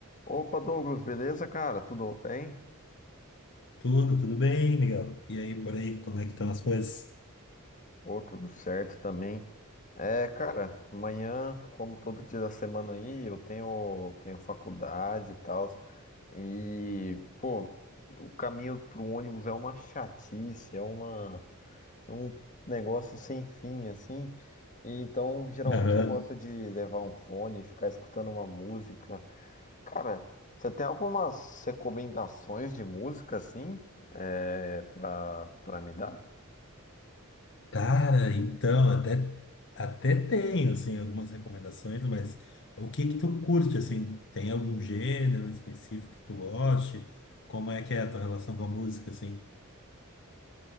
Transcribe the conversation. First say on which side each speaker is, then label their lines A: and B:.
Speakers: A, on the left; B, on the left.
A: Opa, Douglas, beleza, cara? Tudo bem?
B: Tudo, tudo bem, Miguel? E aí, por aí, como é que estão as coisas?
A: Pô, tudo certo também. É, cara, amanhã, como todo dia da semana aí, eu tenho, tenho faculdade e tal. E, pô, o caminho pro ônibus é uma chatice, é uma, é um negócio sem fim, assim. E então, geralmente
B: Aham.
A: eu gosto de levar um fone, ficar escutando uma música. Cara, você tem algumas recomendações de música assim, é, pra, pra me dar?
B: Cara, então, até, até tenho, assim, algumas recomendações, mas o que que tu curte, assim? Tem algum gênero específico que tu goste? Como é que é a tua relação com a música, assim?